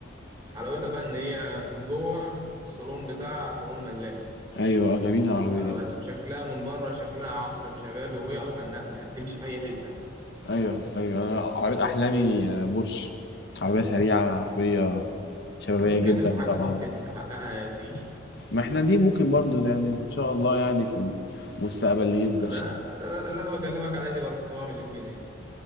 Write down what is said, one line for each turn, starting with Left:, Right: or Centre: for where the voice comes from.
Right: حلاوتها بقى إن هي من جوه الصالون بتاعها صالون ملاك
Left: ايوه اه جميلة العربية
Right: بس
Left: دي
Right: وشكلها من بره شكلها عصري وشبابي وهي أصلا نقل يعني تمشي في أي حتة
Left: ايوه ايوه انا عربية احلامي آه، بورش عربية سريعة عربية شبابية
Right: أنا بتكلم
Left: جدا
Right: في حاجة
Left: طبعا
Right: ممكن نحققها يا سي
Left: ما احنا دي ممكن برضو يعني ان شاء الله يعني في المستقبل
Right: <laughs>
Left: نجيب
Right: ده,
Left: بورش
Right: ده اللي أنا بكلمك عليه دي ب 4 مليون جنيه